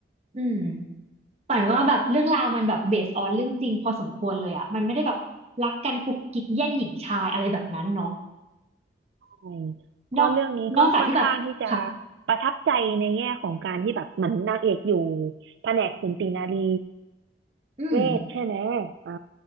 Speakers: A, on the right (about 35°); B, on the right (about 80°).
A: อืม ฝันว่าแบบเรื่องราวมันแบบเบสออนเรื่องจริงพอสมควรเลยอ่ะมันไม่ได้แบบรักกันกุกกิ๊กแย่งหญิงชายอะไรแบบนั้นเนาะ
B: ใช่ก็เรื่องนี้ก็ค่อนข้างที่จะ
A: นอกนอกจากที่แบบค่ะ
B: ประทับใจในแง่ของการที่แบบเหมือนนางเอกอยู่แผนกสูตินารี
A: อืม
B: เวทใช่ไหมอ่า